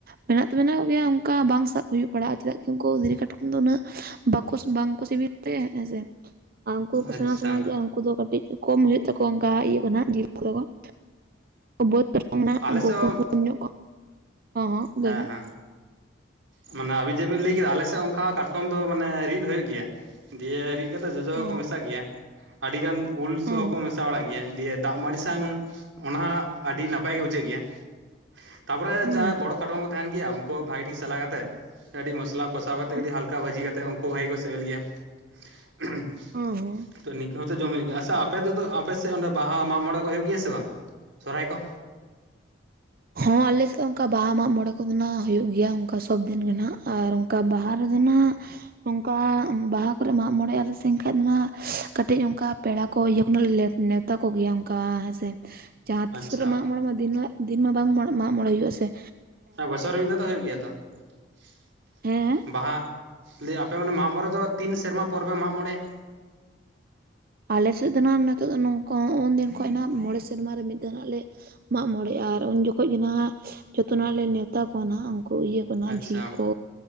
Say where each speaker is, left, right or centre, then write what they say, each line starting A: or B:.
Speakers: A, on the right; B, on the right.
A: ᱢᱮᱱᱟᱜ ᱫᱚ ᱢᱮᱱᱟᱜ ᱠᱚ ᱜᱮᱭᱟ ᱚᱱᱠᱟ ᱵᱟᱝ ᱥᱟᱵ ᱦᱩᱭᱩᱜ <unintelligible> ᱪᱮᱫᱟᱜ ᱠᱤ ᱩᱱᱠᱩ ᱫᱷᱤᱨᱤ ᱠᱟᱴᱠᱚᱢ ᱫᱚ ᱩᱱᱟᱹᱜ ᱵᱟᱠᱚ ᱵᱟᱝᱠᱚ ᱥᱤᱵᱤᱞᱛᱮ ᱦᱮᱸᱥᱮ ᱟᱨ ᱩᱱᱠᱩ ᱠᱚ
B: ᱟᱪᱪᱷᱟ
A: ᱥᱮᱬᱟ ᱥᱮᱬᱟ ᱜᱮᱭᱟ ᱩᱱᱠᱩ ᱫᱚ ᱠᱟᱹᱴᱤᱡ ᱠᱚᱢ ᱦᱩᱭᱩᱜ ᱛᱟᱠᱚᱣᱟ ᱚᱱᱠᱟ ᱤᱭᱟᱹ ᱠᱷᱚᱱᱟᱜ ᱡᱤᱞ <unintelligible> <unintelligible> ᱵᱟᱺᱫᱽ ᱠᱟᱴᱠᱚᱢ ᱱᱟᱜ
B: ᱟᱞᱮ
A: ᱩᱱᱠᱩ
B: ᱥᱮᱫ
A: ᱯᱩᱸᱰ
B: ᱦᱚᱸ
A: ᱯᱩᱸᱰ ᱧᱚᱜ ᱠᱚ ᱦᱚᱸ ᱦᱚᱸ
B: ᱦᱮᱸ
A: ᱞᱟᱹᱭ ᱵᱤᱱ
B: ᱦᱮᱸ ᱢᱟᱱᱮ ᱟᱹᱵᱤᱱ ᱡᱮᱵᱮᱱ ᱞᱟᱹᱭ ᱠᱮᱫᱟ ᱟᱞᱮᱥᱮᱫ ᱚᱱᱠᱟ ᱠᱟᱴᱠᱚᱢ ᱫᱚ ᱢᱟᱱᱮ ᱨᱤᱫᱽ ᱦᱩᱭᱩᱜ ᱜᱮᱭᱟ ᱫᱤᱭᱮ ᱨᱤᱫᱽ ᱪᱮᱠᱟᱛᱮ ᱡᱚᱡᱚ
A: ᱦᱚᱸ
B: ᱦᱚᱸᱠᱚ ᱢᱮᱥᱟᱜ ᱜᱮᱭᱟ ᱟᱹᱰᱤ ᱜᱟᱱ ᱩᱞ <unintelligible>
A: ᱦᱚᱸ
B: ᱦᱚᱸᱠᱚ ᱢᱮᱥᱟ ᱵᱟᱲᱟᱣᱟᱜ ᱜᱮᱭᱟ ᱫᱤᱭᱮ ᱫᱟᱜ ᱢᱟᱺᱰᱤ ᱥᱟᱶ ᱚᱱᱟ ᱟᱹᱰᱤ ᱱᱟᱯᱟᱭ ᱜᱮ ᱵᱩᱡᱷᱟᱹᱜ ᱜᱮᱭᱟ ᱛᱟᱯᱚᱨᱮ
A: ᱦᱚᱸ
B: ᱡᱟᱦᱟᱸᱭ <unintelligible> ᱠᱟᱴᱠᱚᱢ ᱠᱚ ᱛᱟᱦᱮᱱ ᱜᱮᱭᱟ ᱩᱱᱠᱩ ᱵᱷᱟᱹᱜᱤ ᱴᱷᱤᱠ ᱥᱟᱞᱟ ᱠᱟᱛᱮᱜ ᱠᱟᱹᱴᱤᱡ ᱢᱚᱥᱞᱟ ᱠᱚᱥᱟᱣ ᱠᱟᱛᱮᱜ
A: ᱦᱚᱸ
B: ᱠᱟᱹᱴᱤᱡ ᱦᱟᱞᱠᱟ ᱵᱷᱟᱹᱡᱤ <unintelligible> ᱛᱮ ᱩᱱᱠᱩ ᱵᱷᱟᱜᱮ ᱠᱚ ᱥᱤᱵᱤᱞ ᱜᱮᱭᱟ <unintelligible>
A: ᱦᱚᱸ ᱦᱚᱸ
B: ᱛᱚ ᱱᱤᱝᱠᱟᱹ ᱦᱚᱸᱛᱚ ᱡᱚᱢ ᱦᱩᱭᱩᱜ ᱜᱮᱭᱟ ᱟᱪᱷᱟ ᱟᱯᱮ ᱛᱮᱫᱚ ᱟᱯᱮᱥᱮᱫ ᱚᱱᱟ ᱵᱟᱦᱟ ᱢᱟᱜ ᱢᱚᱬᱮ ᱠᱚ ᱦᱩᱭᱩᱜ ᱜᱮᱭᱟ ᱥᱮ ᱵᱟᱝ ᱥᱚᱦᱨᱟᱭ ᱠᱚ
A: ᱦᱚᱸ ᱟᱞᱮᱥᱮᱫ ᱫᱚ ᱚᱱᱠᱟ ᱵᱟᱦᱟ ᱢᱟᱜ ᱢᱚᱬᱮ ᱠᱚᱫᱚ ᱱᱟᱜ ᱦᱩᱭᱩᱜ ᱜᱮᱭᱟ ᱚᱱᱠᱟ ᱥᱚᱵᱫᱤᱱ ᱜᱮ ᱦᱟᱜ ᱟᱨ ᱚᱱᱠᱟ ᱵᱟᱦᱟ ᱨᱮᱫᱚ ᱱᱟᱜ ᱚᱝᱠᱟ ᱵᱟᱦᱟ ᱠᱚᱨᱮ ᱢᱟᱜ ᱢᱚᱬᱮ ᱟᱞᱮ ᱥᱮ ᱮᱱᱠᱷᱟᱡ <unintelligible> ᱠᱟᱹᱴᱤᱡ ᱚᱝᱠᱟ ᱯᱮᱲᱟ ᱠᱚ <unintelligible> ᱠᱷᱚᱱᱟᱜ <unintelligible> ᱱᱮᱣᱛᱟ ᱠᱚᱜᱮᱭᱟ ᱚᱱᱠᱟ ᱦᱮᱸᱥᱮ ᱡᱟᱦᱟᱸ ᱛᱤᱥ
B: ᱟᱪᱪᱷᱟ
A: ᱠᱚᱨᱮ ᱢᱟᱜ ᱢᱚᱬᱮ ᱢᱟ <unintelligible> ᱫᱤᱱ ᱢᱟ ᱵᱟᱝ ᱢᱟᱜ ᱢᱚᱬᱮ ᱦᱩᱭᱩᱜ ᱟᱥᱮ
B: ᱦᱮᱸ ᱵᱚᱪᱷᱚᱨ ᱨᱮ ᱢᱤᱫ ᱫᱷᱟᱣ ᱫᱚ ᱦᱩᱭᱩᱜ ᱜᱮᱭᱟ ᱛᱚ <inaudible>
A: ᱦᱮᱸ
B: ᱵᱟᱦᱟ ᱞᱟᱹᱭ ᱟᱯᱮ ᱢᱟᱱᱮ ᱢᱟᱜ ᱢᱚᱬᱮ ᱫᱚ ᱛᱤᱱ ᱥᱮᱨᱢᱟ ᱯᱚᱨ ᱯᱮ ᱢᱟᱜ ᱢᱚᱬᱮᱭᱟ
A: ᱟᱞᱮ ᱥᱮᱫ ᱫᱚ ᱱᱟᱜ ᱱᱤᱛᱚᱜ ᱫᱚ ᱱᱚᱝᱠᱟ ᱩᱱᱫᱤᱱ ᱠᱷᱚᱡ ᱱᱟᱜ ᱢᱚᱬᱮ ᱥᱮᱨᱢᱟ ᱨᱮ ᱢᱤᱫ ᱫᱷᱟᱣ ᱦᱟᱜᱞᱮ ᱢᱟᱜ ᱢᱚᱬᱮ ᱟᱨ ᱩᱱ ᱡᱚᱠᱷᱚᱱ ᱜᱮ ᱱᱟᱦᱟᱜ ᱡᱚᱛᱚᱱᱟᱜ ᱞᱮ ᱱᱮᱣᱛᱟ ᱠᱚᱣᱟ ᱱᱟᱦᱟᱜ ᱩᱱᱠᱩ ᱤᱭᱟᱹ <unintelligible> ᱢᱟᱺᱡᱷᱤ
B: ᱟᱪᱪᱷᱟ
A: ᱠᱚ